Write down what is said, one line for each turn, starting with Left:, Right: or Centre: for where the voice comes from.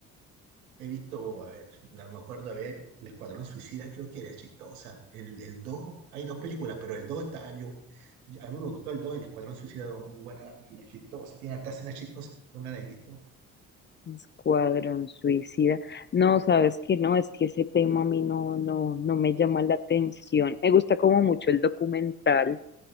Right: He visto, a ver, la- me acuerdo, a ver, El Escuadrón Suicida creo que era chistosa. El, el dos hay dos películas, pero el 2 está yo. A mí me gustó el dos El Escuadrón Suicida dos muy buena la película, chistosa, tiene harta escena chistosa. ¿Tú no la has visto?
Left: Escuadrón Suicida. No, sabes que no, es que ese tema a mí no, no, no me llama la atención. Me gusta como mucho el documental.